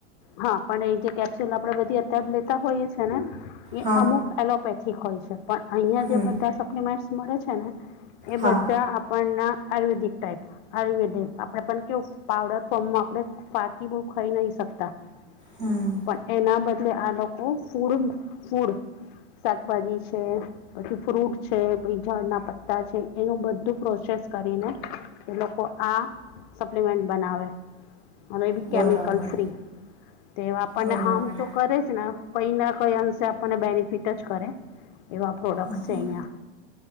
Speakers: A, on the left; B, on the right.
A: હા, પણ એ જે કેપ્સ્યુલ આપણેે બધી અત્યારે લેતા હોઈએ છે ને- એ,
B: હા
A: અમુક એલોપેથીક હોય છે. પણ, અહિયાં
B: હમ
A: જે બધા સપ્લિમેન્ટ મળે છે ને- એ
B: હા
A: બધા આપણના આયુર્વેદિક ટાઈપ- આયુર્વેદિક આપડે પણ કેવુ, પાવડર ફોર્મમાં આપણે ફાકી બહુ ખાઈ નહી શકતા- પણ,
B: હમ
A: એના બદલે આ લોકો ફૂડ ફૂડ- શાકભાજી છે- -પછી ફ્રૂટ છે, પછી ઝાડના પત્તા છે, એનું બધું પ્રોસેસ કરીને- -એ લોકો આ સપ્લિમેન્ટ બનાવે. અને એ બી
B: બરાબર
A: કેમિકલ ફ્રી. તે આપણને
B: બરાબર
A: હામ તો કરે જને કઈ ના કઈ અંશે આપણને બેનિફિટ જ કરે એવું પ્રોડક્ટસ
B: અહં
A: છે અહીયા.